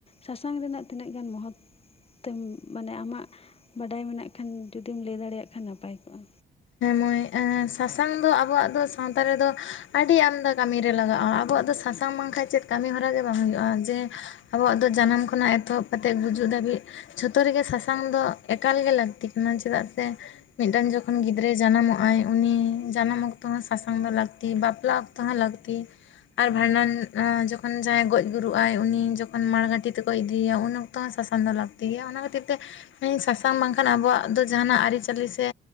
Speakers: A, on the left (about 30°); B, on the left (about 75°).
A: ᱥᱟᱥᱟᱝ ᱨᱮᱱᱟᱜ ᱛᱤᱱᱟᱹᱜ ᱜᱟᱱ ᱢᱚᱦᱚᱛ ᱛᱮᱢ ᱢᱟᱱᱮ ᱟᱢᱟᱜ ᱵᱟᱰᱟᱭ ᱢᱮᱱᱟᱜ ᱠᱷᱟᱱ ᱡᱩᱫᱤᱢ ᱞᱟᱹᱭ ᱫᱟᱲᱮᱭᱟᱜ ᱠᱷᱟᱱ ᱱᱟᱯᱟᱭ ᱠᱚᱜ-ᱟ?
B: ᱦᱮᱸ ᱢᱟᱹᱭ ᱥᱟᱥᱟᱝ ᱫᱚ ᱟᱵᱚᱣᱟᱜ ᱫᱚ ᱥᱟᱶᱛᱟ ᱨᱮᱫᱚ ᱟᱹᱰᱤ ᱟᱢᱫᱟ ᱠᱟᱹᱢᱤ ᱨᱮ ᱞᱟᱜᱟᱜᱼᱟ ᱟᱵᱚᱣᱟᱜ ᱫᱚ ᱥᱟᱥᱟᱝ ᱥᱟᱝ ᱵᱟᱝᱠᱷᱟ ᱪᱮᱫ ᱠᱟᱹᱢᱤ ᱦᱚᱨᱟ ᱜᱮ ᱵᱟᱝ ᱦᱩᱭᱩᱜᱼᱟ ᱡᱮ ᱟᱵᱚᱣᱟᱜ ᱫᱚ ᱡᱟᱱᱟᱢ ᱠᱷᱚᱱᱟᱜ ᱮᱛᱚᱦᱚᱵ ᱠᱟᱛᱮᱫ ᱜᱩᱡᱩᱜ ᱫᱷᱟᱹᱵᱤᱡ ᱡᱷᱚᱛᱚ ᱨᱮᱜᱮ ᱥᱟᱥᱟᱝ ᱫᱚ ᱮᱠᱟᱞᱜᱮ ᱞᱟᱹᱠᱛᱤ ᱠᱟᱱᱟ, ᱪᱮᱫᱟᱜ ᱥᱮ ᱢᱤᱫᱴᱟᱱ ᱡᱚᱠᱷᱚᱱ ᱜᱤᱫᱽ ᱜᱤᱫᱽᱨᱟᱹ ᱡᱟᱱᱟᱢᱚᱜ ᱟᱭ ᱩᱱᱤ ᱡᱟᱱᱟᱢ ᱚᱠᱛᱚ ᱦᱚᱸ ᱥᱟᱥᱟᱝ ᱫᱚ ᱞᱟᱹᱠᱛᱤ ᱵᱟᱯᱞᱟ ᱚᱠᱛᱚ ᱦᱚᱸ ᱞᱟᱹᱠᱛᱤ ᱟᱨ ᱵᱷᱟᱸᱰᱟᱱ ᱡᱚᱠᱷᱚᱱ ᱡᱟᱦᱟᱸᱭ ᱜᱚᱡ ᱜᱩᱨᱩᱜᱼᱟᱭ ᱩᱱᱤ ᱡᱚᱠᱷᱚᱱ ᱢᱟᱲᱜᱷᱟᱹᱴᱤ ᱛᱮᱠᱚ ᱤᱫᱤᱭᱟ ᱩᱱ ᱛᱟᱶ ᱥᱟᱥᱟᱝ ᱫᱚ ᱞᱟᱹᱠᱛᱤ ᱜᱮᱭᱟ᱾ ᱚᱱᱟ ᱠᱷᱟᱹᱛᱤᱨ ᱛᱮ ᱥᱟᱥᱟᱝ ᱵᱟᱝᱠᱷᱟᱱ ᱟᱵᱚᱣᱟᱜ ᱫᱚ ᱡᱟᱦᱟᱱᱟᱜ ᱟᱹᱨᱤᱪᱟᱹᱞᱤ ᱥᱮ